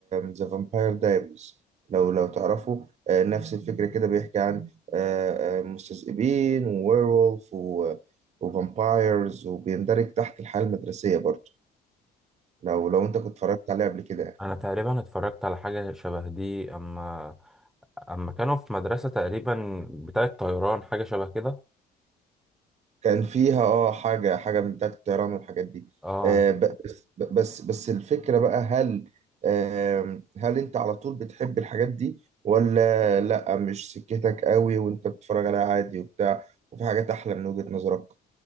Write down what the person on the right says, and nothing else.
ذا فامباير دايريز لو لو تعرفوا آه، نفس الفكرة كده بيحكي عن آه، آه، مستذئبين وويرولف وفامبايرز وبيندرج تحت الحياة المدرسية برضو لو لو أنت كنت اتفرجت عليه قبل كده يعني.
كان فيها اه حاجة حاجة من بتاعة الطيران والحاجات دي
آه، ب- بس بس بس الفكرة بقى هل آم، هل انت على طول بتحب الحاجات دي ولا لا مش سكتك قوي وانت بتتفرج عليها عادي وبتاع وفي حاجات احلى من وجهة نظرك